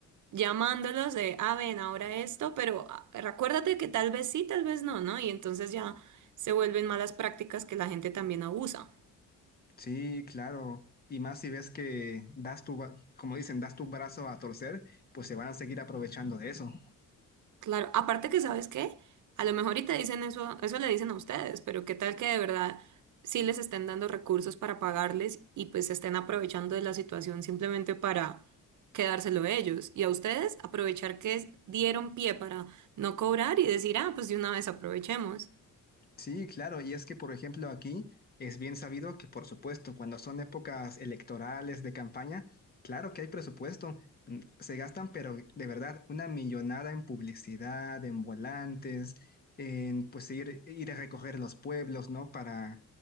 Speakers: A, on the right (about 65°); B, on the left (about 30°).
A: llamándolos de, ah, ven, ahora esto, pero ah, recuérdate que tal vez sí, tal vez no, ¿no? Y entonces ya se vuelven malas prácticas que la gente también abusa.
B: Sí, claro. Y más si ves que das tu, ba- como dicen, das tu brazo a torcer, pues se van a seguir aprovechando de eso.
A: Claro, aparte que sabes qué, a lo mejor y te dicen eso, eso le dicen a ustedes, pero qué tal que de verdad sí les estén dando recursos para pagarles y pues se estén aprovechando de la situación simplemente para quedárselo ellos y a ustedes aprovechar que dieron pie para no cobrar y decir, ah, pues de una vez aprovechemos.
B: Sí, claro, y es que, por ejemplo, aquí es bien sabido que, por supuesto, cuando son épocas electorales de campaña, claro que hay presupuesto, mm, se gastan, pero de verdad, una millonada en publicidad, en volantes, en pues ir, ir a recoger los pueblos, ¿no? Para,